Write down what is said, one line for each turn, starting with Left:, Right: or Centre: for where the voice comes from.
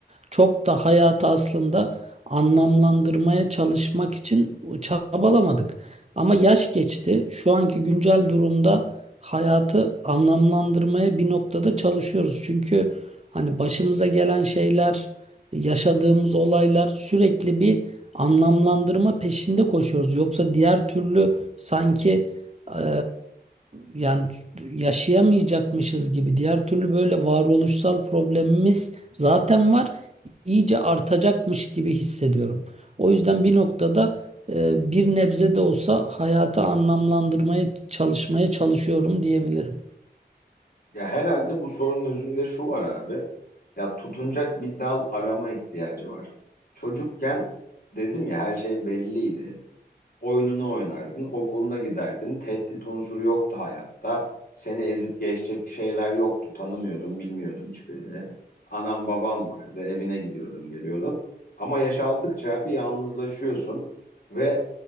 Right: Çok da hayatı aslında anlamlandırmaya çalışmak için çabalamadık. Ama yaş geçti. Şu anki güncel durumda hayatı anlamlandırmaya bir noktada çalışıyoruz. Çünkü hani başımıza gelen şeyler, yaşadığımız olaylar sürekli bir anlamlandırma peşinde koşuyoruz. Yoksa diğer türlü sanki eee, yani yaşayamayacakmışız gibi diğer türlü böyle varoluşsal problemimiz zaten var. iyice artacakmış gibi hissediyorum. O yüzden bir noktada e, bir nebze de olsa hayatı anlamlandırmaya çalışmaya çalışıyorum diyebilirim.
Left: Ya herhalde bu sorunun özünde şu var abi. Ya tutunacak bir dal arama ihtiyacı var. Çocukken dedim ya her şey belliydi. Oyununu oynardın, okuluna giderdin. Tehdit unsuru yoktu hayatta. Seni ezip geçecek şeyler yoktu. Tanımıyordun, bilmiyordun hiçbirini. Anam babam vardı, evine gidiyordun, geliyordun. Ama yaş aldıkça bir yalnızlaşıyorsun ve